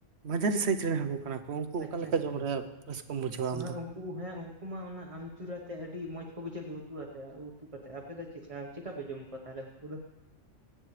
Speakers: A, on the right; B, on the right.
A: ᱢᱟᱡᱷᱟᱨᱤ ᱥᱟᱭᱤᱡ ᱨᱮᱱ ᱦᱟᱠᱩ ᱠᱟᱱᱟ ᱩᱱᱠᱩ
B: ᱟᱪᱪᱷᱟ
A: ᱚᱠᱟ ᱞᱮᱠᱟ
B: ᱟᱪᱪᱷᱟ
A: ᱡᱚᱢ ᱨᱮ ᱨᱟᱹᱥᱠᱟᱹᱢ ᱵᱩᱡᱷᱟᱹᱣᱟ ᱟᱢᱫᱚ
B: ᱦᱮᱸ ᱩᱱᱠᱩ ᱦᱮᱸ ᱩᱱᱠᱩ ᱢᱟ ᱚᱱᱟ ᱟᱢᱪᱩᱨ ᱟᱛᱮ ᱟᱹᱰᱤ ᱢᱚᱸᱡᱽ ᱠᱚ ᱵᱩᱡᱷᱟᱹᱜ ᱫᱚ ᱩᱛᱩ ᱟᱛᱮ ᱩᱛᱩ ᱠᱟᱛᱮ ᱟᱯᱮᱫᱚ ᱪᱮᱫᱠᱟ ᱪᱤᱠᱟ ᱯᱮ ᱡᱩᱢ ᱠᱚᱣᱟ ᱛᱟᱦᱞᱮ ᱩᱱᱠᱩ ᱫᱚ